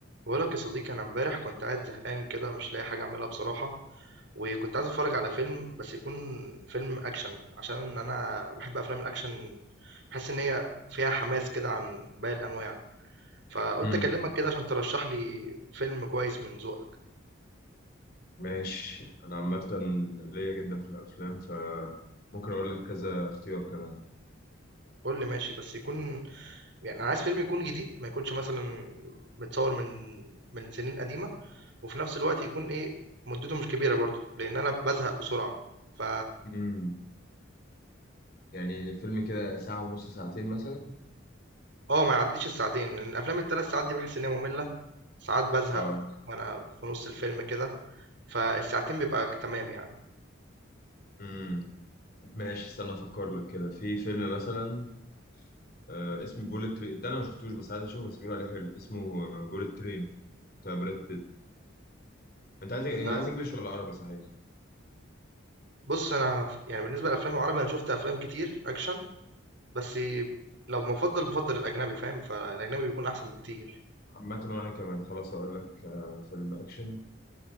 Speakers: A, on the right; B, on the left.
A: بقولك يا صديقي انا امبارح كنت قاعد زهقان كده مش لاقي حاجه اعملها بصراحه وكنت عايز اتفرج على فيلم بس يكون فيلم اكشن عشان انا بحب افلام الاكشن بحس ان هي فيها حماس كده عن باقي الانواع فقلت
B: امم
A: اكلمك كده عشان ترشح لي فيلم كويس من ذوقك
B: ماشي انا عامه ليا جدا في الافلام فممكن اقول لك كذا اختيار كمان
A: قول لي ماشي بس يكون يعني انا عايز فيلم يكون جديد ما يكونش مثلا متصور من من سنين قديمه وفي نفس الوقت يكون ايه مدته مش كبيره برضه لان انا بزهق بسرعه ف
B: امم يعني فيلم كده ساعه ونص ساعتين مثلا
A: آه، ما يعدّيش الساعتين، لإن أفلام ال3 ساعات دي باحس إن هي مملة، ساعات بازهق
B: اه
A: وأنا في نُص الفيلم كده، فالساعتين بيبقى ك تمام يعني.
B: امم ماشي استنى افكر لك كده في فيلم مثلا آه اسمه بوليت ترين ده انا ما شفتوش بس عايز اشوفه بس بيقولوا عليه حلو اسمه بوليت ترين بتاع براد بيت انت عايز
A: ده
B: عايز انجليش ولا عربي صحيح
A: بُص أنا ف يعني بالنسبة للأفلام العربي أنا شُفت أفلام كتير أكشن، بس لو بافضّل بافضّل الأجنبي فاهم، فالأجنبي بيكون أحسن بكتير.
B: عامه وانا كمان خلاص اقول لك آه فيلم اكشن